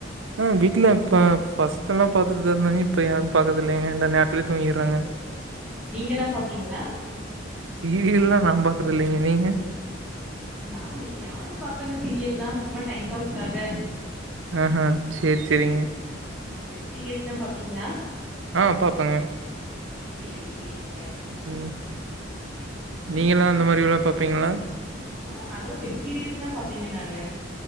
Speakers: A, on the right; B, in the centre.
A: ஆ வீட்ல இப்ப ஃபர்ஸ்ட் எல்லா பாத்துட்டு தா இருந்தாங்க இப்ப யாரு பாக்கறது இல்லைங்க இல்லே ம் தூங்கிடுறாங்க
B: ஓகே நீங்கல்லா பாப்பீங்களா
A: சீரியல் எல்லா நா பாக்குறது இல்லைங்க நீங்க
B: நா எப்பயாவது பாப்பபேங்க சீரியல்லா சும்மா டைம் பாஸ்காக
A: ஆ ஹா சேரி சேரிங்க
B: வெப் சீரீஸ்ல்லா பாப்பீங்களா
A: ஆ பாப்பேங்க
B: சேரி சேரிங்க
A: ம் நீங்க எல்லா அந்த மாதிரில்லா பாப்பீங்களா
B: ஆ அதெல்லா வெப் சீரிஸ் தா பாப்பேங்க நானு